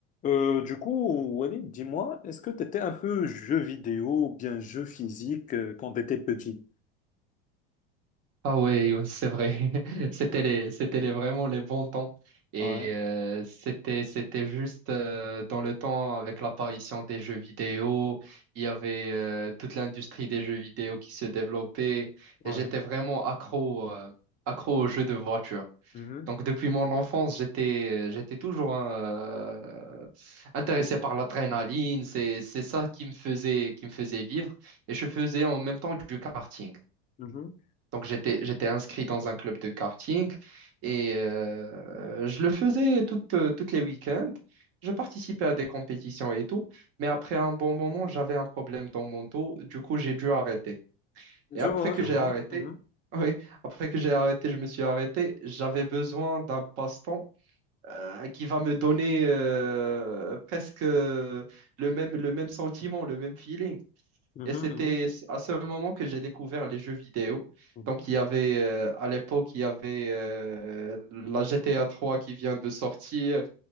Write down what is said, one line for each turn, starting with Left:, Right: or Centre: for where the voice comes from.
Left: Euh, du coup, Walid, dis-moi, est-ce que tu étais un peu jeu vidéo ou bien jeu physique euh, quand tu étais petit?
Right: Ah ouais, Youn, c'est vrai. <laughs> C'était les, c'était les, vraiment les bons temps. Et
Left: Ouais,
Right: euh, c'était, c'était juste euh, dans le temps avec l'apparition des jeux vidéo. Il y avait euh, toute l'industrie des jeux vidéo qui se développait. Et
Left: ouais.
Right: j'étais vraiment accro, euh, accro aux jeux de voiture.
Left: Mhm,
Right: Donc depuis mon enfance, j'étais, euh, j'étais toujours euh, intéressé par l'adrénaline. C'est, c'est ça qui me faisait, qui me faisait vivre. Et je faisais en même temps du karting.
Left: mhm.
Right: Donc, j'étais, j'étais inscrit dans un club de karting et euh, je le faisais toutes, euh, toutes les week-ends. Je participais à des compétitions et tout, mais après un bon moment, j'avais un problème dans mon dos. Du coup, j'ai dû arrêter.
Left: Je
Right: Et après
Left: vois,
Right: que
Left: je
Right: j'ai
Left: vois.
Right: arrêté,
Left: Mhm,
Right: oui, après que j'ai arrêté, je me suis arrêté. J'avais besoin d'un passe-temps euh, qui va me donner euh, presque le même, le même sentiment, le même feeling.
Left: mhm,
Right: Et c'était
Left: mhm,
Right: à ce moment que j'ai découvert les jeux vidéo.
Left: mhm.
Right: Donc, il y avait, euh, à l'époque, il y avait euh, la GTA 3 qui vient de sortir.